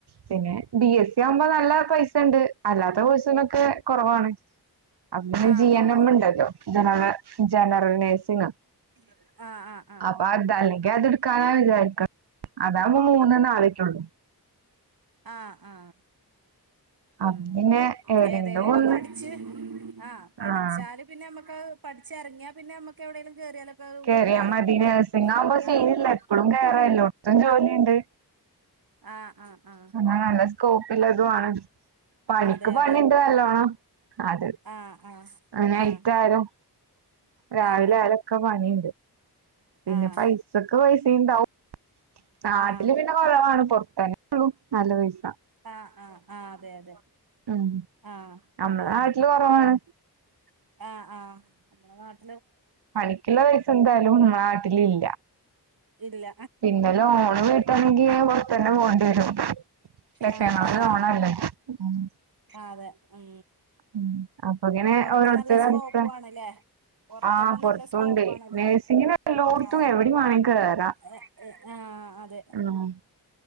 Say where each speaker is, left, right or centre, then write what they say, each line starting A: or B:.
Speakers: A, on the right (about 75°); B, on the right (about 60°).
A: പിന്നെ ബി എസ് സി ആവുമ്പോ നല്ല പൈസ ണ്ട് അല്ലാത്ത കോഴസിനൊക്കെ കുറവാണ് അന്
B: ആഹ്
A: ജി
B: ആഹ്
A: എൻ
B: ആഹ്
A: എം
B: ആഹ്
A: ഉണ്ടല്ലോ ജനറൽ ജനറൽ നേഴ്സിങ്
B: ആഹ് ആഹ് ആഹ്
A: അപ്പ അതലങ്കി അത്ട്ക്കാനാ വി അതാവ്മ്പോ മൂന്നോ നാലെ റ്റ് ഒള്ളു.
B: ആ ആ
A: അപ്പൊ
B: ഉ
A: പിന്നെ ഏതെങ്കിലും
B: ഏതെലും
A: ഒന്ന്
B: ഒക്കെ പഠിച്ച് ആ പഠിച്ചാല്
A: ആഹ്
B: പിന്നെ നമ്മക്ക് പഠിച്ചിറങ്ങിയ പിന്നെ നമ്മക്ക് എവിടെങ്കിലും കേറിയാലോ
A: കേറിയാ
B: വീട്ടാലോ
A: മതി
B: ല്ലെ
A: നഴ്സിംഗ് ആവുമ്പോ സീനില്ല
B: ആ ആ
A: എപ്പളും കേറാ എല്ലോട്ത്തും ജോലിണ്ട്
B: ആഹ് ആഹ ആഹ
A: എന്നാ നല്ല സ്കോപ്പ്ള്ളതും ആണ്. പണിക്ക്
B: അതെ
A: പണി
B: അതെ
A: ണ്ട് നല്ലോണം അത്
B: ആഹ് ആഹ്
A: ആ നൈറ്റ്
B: ആഹ്
A: ആയാലും രാവിലെ
B: ആഹ്
A: ആയാലൊക്കെ പണിയ പിന്നെ
B: ആഹ്
A: പൈസക്കെ പൈസിം ണ്ടാവും നാട്ടില്
B: ആഹ്
A: പിന്നെ കൊറവാണ് പൊർത്ത് നല്ല പൈസ്സ
B: ആഹ ആഹ് ആഹ അതെ അതെ
A: ഉം
B: ആഹ
A: നമ്മളെ
B: ഉ
A: നാട്ടില് കൊറവാണ്
B: ആഹ ആഹ അ
A: പണിക്കുള്ള പൈസ എന്തായാലും നാട്ടില ഇല്ല
B: ഇല്ല
A: പിന്നെ ലോണ് വീട്ടാണെങ്കി പൊത്തുന്നെ പോകേണ്ടി വരും ലക്ഷങ്ങള്
B: ആഹ ആഹ
A: ലോണല്ലേ ഉം
B: അതെ ഉ
A: ഉം അപ്പൊ ഇങ്ങനെ
B: പുൊറത്ത്
A: ഓരോരുത്തരുടെ
B: നല്ല സ്കോപ്പ
A: അടുത്ത്
B: ആണല്ലേ പുറത്തൊക്കെ
A: ആഹ് പൊറത്തുണ്ട്
B: നല്ല സ്കോപ്പ ആാണ് അത്
A: നഴ്സിങ്ങിന്
B: പറ
A: എല്ലോടത്തും
B: ആ
A: എവിടേം വേണേ കേറാം
B: ആഹ അതെ
A: ആഹ്